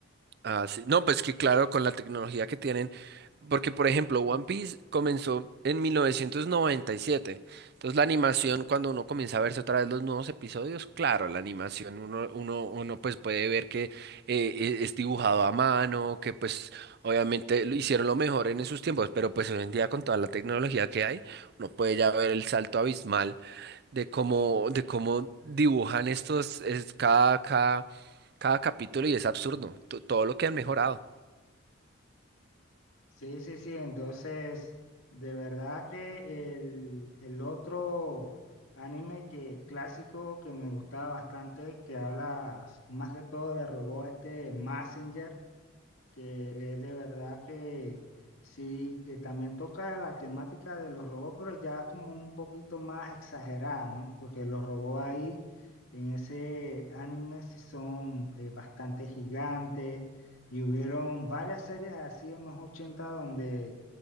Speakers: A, on the right (about 50°); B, on the left (about 85°).
A: Ah, sí. No, pues que claro, con la tecnología que tienen, porque por ejemplo, One Piece comenzó en mil novecientos noventa y siete Entonces la animación, cuando uno comienza a verse otra vez los nuevos episodios, claro, la animación, uno, uno, uno pues puede ver que eh, e- es dibujado a mano, que pues obviamente lo hicieron lo mejor en esos tiempos, pero pues hoy en día con toda la tecnología que hay, uno puede ya ver el salto abismal de cómo, de cómo dibujan estos, es, cada, cada, cada capítulo y es absurdo, to- todo lo que han mejorado.
B: Sí, sí, sí, entonces, de verdad que el, el otro anime que clásico que me gustaba bastante, que habla más que todo de robot, este Messenger. que es de verdad que sí, que también toca la temática de los robots, pero ya como un poquito más exagerada, ¿no? Porque los robots ahí en ese anime sí son eh, bastante gigantes y hubieron varias series así en los 80 donde